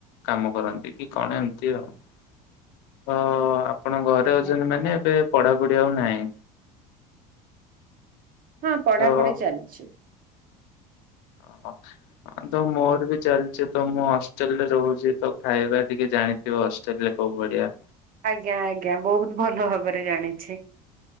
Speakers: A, on the left; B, on the right.
A: କାମ କରନ୍ତି କି କଣ ଏମିତି ଆଉ ତ ଆପଣ ଘରେ
B: ଆଜ୍ଞା
A: ଅଛନ୍ତି ମାନେ ଏବେ ପଢାପଢି ଆଉ ନାହିଁ।
B: ହଁ ପଢାପଢି
A: ତ
B: ଚାଲିଛି।
A: ଓହୋ। ହଁ ତ ମୋର ବି ଚାଲିଛି ତ ମୁଁ ହଷ୍ଟେଲ ରେ ରହୁଛି ତ ଖାଇବା ଟିକେ ଜାଣିଥିବ ହଷ୍ଟେ ହଷ୍ଟେଲରେ କୋଉ ଭଳିଆ।
B: ଆଜ୍ଞା, ଆଜ୍ଞା ବହୁତ ଭଲ ଭାବରେ ଜାଣିଛି।